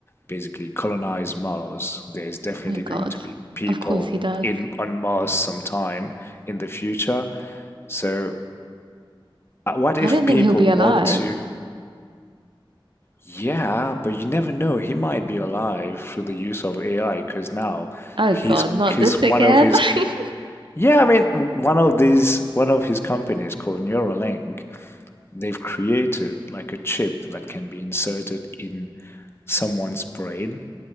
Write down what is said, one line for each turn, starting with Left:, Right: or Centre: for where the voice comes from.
Left: basically colonize Mars there's definitely
Right: Oh my God.
Left: going to be people
Right: Of course he does.
Left: in on Mars sometime in the future so uh, what if
Right: I don't
Left: people
Right: think he'll be
Left: want
Right: alive.
Left: to Yeah, but you never know. He might be alive through the use of AI because now
Right: Oh
Left: he's
Right: God, not
Left: he's
Right: this
Left: one
Right: again.
Left: of his
Right: <laughs>
Left: yeah, I mean one of these one of his companies called Neuralink, they've created like a chip that can be inserted in someone's brain,